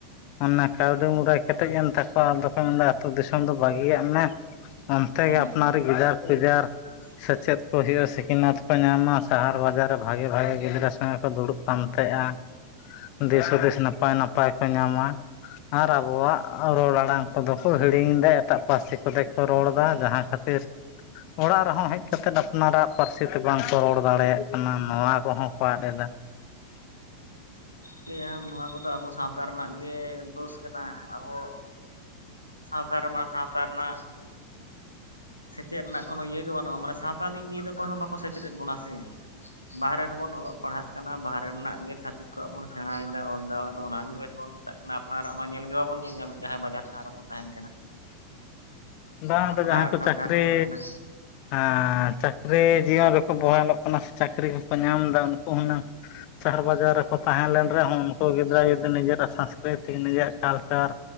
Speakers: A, on the left; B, on the left.
A: ᱚᱱᱮ ᱠᱟᱹᱣᱰᱤ ᱢᱩ <unintelligible> ᱠᱮᱴᱮᱡ ᱮᱱ ᱛᱟᱠᱚᱣᱟ ᱟᱫᱚ ᱠᱚ ᱢᱮᱱᱫᱟ ᱟᱹᱛᱩ ᱫᱤᱥᱚᱢ ᱫᱚ ᱵᱟᱹᱜᱤᱭᱟᱜ ᱢᱮ᱾ ᱚᱱᱛᱮ
B: ᱦᱩᱸ
A: ᱜᱮ ᱟᱯᱱᱟᱨᱤ
B: ᱦᱩᱸ
A: ᱜᱤᱫᱟᱹᱨ ᱯᱤᱫᱟᱹᱨ
B: <inaudible>
A: ᱥᱮᱪᱮᱫ ᱠᱚ ᱦᱩᱭᱩᱜᱼᱟ ᱥᱤᱠᱷᱱᱟᱹᱛ ᱠᱚ ᱧᱟᱢᱟ ᱥᱟᱦᱟᱨ ᱵᱟᱡᱟᱨ ᱨᱮ ᱵᱷᱟᱜᱮ ᱵᱷᱟᱜᱤ ᱜᱤᱫᱽᱨᱟᱹ ᱥᱚᱸᱜᱮ ᱠᱚ ᱫᱩᱲᱩᱵ ᱯᱟᱱᱛᱮᱜᱼᱟ᱾ ᱫᱤᱥ ᱦᱩᱫᱤᱥ ᱱᱟᱯᱟᱭ ᱱᱟᱯᱟᱭ ᱠᱚ ᱧᱟᱢᱟ ᱟᱨ ᱟᱵᱚᱣᱟᱜ ᱨᱚᱲ ᱟᱲᱟᱝ ᱠᱚᱫᱚ ᱠᱚ ᱦᱤᱲᱤᱧ ᱮᱫᱟ ᱮᱴᱟᱜ ᱯᱟᱹᱨᱥᱤ ᱠᱚᱛᱮ ᱠᱚ ᱨᱚᱲᱫᱟ ᱡᱟᱦᱟᱸ ᱠᱷᱟᱹᱛᱤᱨ ᱚᱲᱟᱜ ᱨᱮᱦᱚᱸ ᱦᱮᱡ ᱠᱟᱛᱮᱫ ᱟᱯᱱᱟᱨᱟᱜ ᱯᱟᱹᱨᱥᱤ ᱛᱮ ᱵᱟᱝᱠᱚ ᱨᱚᱲ ᱫᱟᱲᱮᱭᱟᱜ ᱠᱟᱱᱟ ᱱᱚᱣᱟ ᱠᱚᱦᱚᱸ ᱠᱚ ᱟᱫ ᱮᱫᱟ᱾ <inaudible>
B: ᱪᱤᱠᱟ. ᱭᱟᱢ ᱱᱚᱣᱟ ᱠᱚᱫᱚ ᱟᱵᱚ ᱥᱟᱶᱛᱟ ᱨᱮᱱᱟᱜ ᱜᱮ ᱫᱳᱥ ᱠᱟᱱᱟ ᱟᱵᱚ ᱥᱟᱶᱛᱟ ᱨᱮᱢᱟ ᱥᱟᱶᱛᱟ ᱨᱮᱱᱟᱜ ᱥᱮᱪᱮᱫ ᱨᱮᱱᱟᱜ ᱠᱳᱱᱳ ᱤᱭᱟᱹ ᱜᱮ ᱵᱟᱹᱱᱩᱜᱼᱟ ᱢᱟᱱᱮ ᱥᱟᱶᱛᱟ ᱫᱤᱠ ᱫᱤᱭᱮ ᱫᱚ ᱚᱠᱚᱭ ᱦᱚᱸ ᱵᱟᱠᱚ ᱥᱮᱪᱮᱫᱮᱫ ᱵᱚᱱᱟ ᱥᱮ᱾ ᱵᱟᱦᱨᱮ ᱨᱮᱵᱚᱱ ᱚᱞᱚᱜ ᱯᱟᱲᱦᱟᱜ ᱠᱟᱱᱟ ᱵᱟᱦᱟᱨ ᱨᱮᱱᱟᱜ ᱜᱮ ᱪᱷᱟᱛᱤᱠ ᱠᱚᱣᱟᱜ ᱵᱚᱱ ᱥᱮᱬᱟᱭᱮᱫᱟ ᱚᱞᱫᱟ ᱟᱫᱚ ᱚᱱᱟᱜᱮ ᱵᱮᱥ ᱵᱚᱱ ᱢᱮᱛᱟᱜ ᱠᱟᱱᱟ ᱟᱯᱱᱟᱨᱟᱜ ᱢᱟ ᱧᱮᱞ ᱜᱮ ᱵᱟᱵᱚᱱ ᱧᱮᱞ ᱧᱟᱢᱮᱫ ᱠᱟᱱᱟ᱾ ᱡᱟᱦᱟᱸᱭ ᱵᱟᱡᱟᱨ ᱥᱟᱦᱟᱨ ᱨᱮᱵᱚᱱ ᱛᱟᱦᱮᱱ ᱠᱟᱱᱟ᱾
A: ᱵᱟᱝ
B: ᱟᱯᱱᱟᱨᱟᱜ
A: ᱫᱚ ᱡᱟᱦᱟᱸᱭ ᱠᱚ
B: ᱠᱟᱞᱪᱟᱨ
A: ᱪᱟᱹᱠᱨᱤ
B: ᱪᱮᱫ ᱞᱮᱠᱟᱱᱟ
A: ᱮᱸ ᱪᱟᱹᱠᱨᱤ ᱡᱤᱭᱚᱱ ᱨᱮᱠᱚ ᱵᱚᱦᱟᱞᱚᱜ ᱠᱟᱱᱟ ᱥᱮ ᱪᱟᱹᱠᱨᱤ ᱠᱚᱠᱚ ᱧᱟᱢ ᱮᱫᱟ ᱩᱱᱠᱩ ᱦᱩᱱᱟᱹᱝ ᱥᱟᱦᱟᱨ- ᱵᱟᱡᱟᱨ ᱨᱮᱠᱚ ᱛᱟᱦᱮᱸ ᱞᱮᱱ ᱨᱮᱦᱚᱸ ᱩᱱᱠᱩ ᱜᱤᱫᱽᱨᱟᱹ ᱡᱩᱫᱤ ᱱᱤᱡᱮᱨᱟᱜ ᱥᱟᱥᱠᱨᱤᱛᱤ ᱱᱤᱡᱮᱨᱟᱜ ᱠᱟᱞᱪᱟᱨ